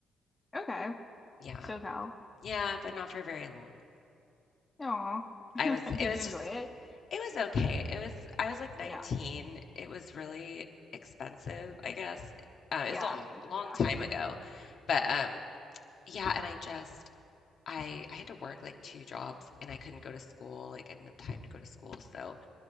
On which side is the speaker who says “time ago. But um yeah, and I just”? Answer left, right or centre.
Left